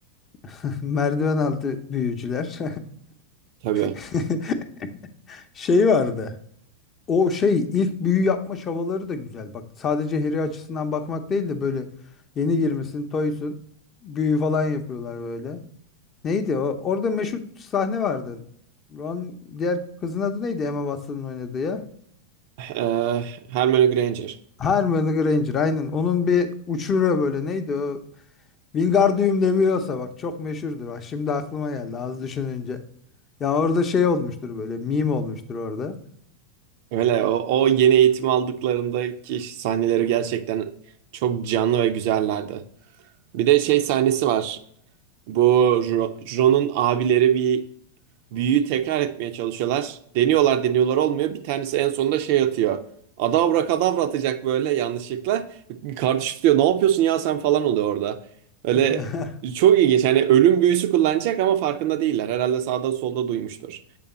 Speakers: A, on the left; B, on the right.
A: <laughs> merdiven altı büyücüler.
B: Tabii.
A: <laughs> Şey vardı. O şey ilk büyü yapma çabaları da güzel. Bak sadece Harry açısından bakmak değil de böyle yeni girmesin, toysun. Büyü falan yapıyorlar böyle. Neydi o? Orada meşhur sahne vardı. Ron diğer kızın adı neydi? Emma Watson'ın oynadığı ya.
B: Ee, Hermione Granger.
A: Hermione Granger aynen. Onun bir uçuruyor böyle neydi o? Wingardium Leviosa bak çok meşhurdur. Bak şimdi aklıma geldi az düşününce. Ya orada şey olmuştur böyle meme olmuştur orada.
B: Öyle o, o yeni eğitim aldıklarındaki sahneleri gerçekten çok canlı ve güzellerdi. Bir de şey sahnesi var. Bu Ro- Ron'un abileri bir Büyüyü tekrar etmeye çalışıyorlar. Deniyorlar deniyorlar olmuyor. Bir tanesi en sonunda şey atıyor. Adavra kadavra atacak böyle yanlışlıkla. Kardeşi diyor ne yapıyorsun ya sen falan oluyor orada. Öyle
A: <laughs>
B: çok ilginç. Hani ölüm büyüsü kullanacak ama farkında değiller. Herhalde sağda solda duymuştur.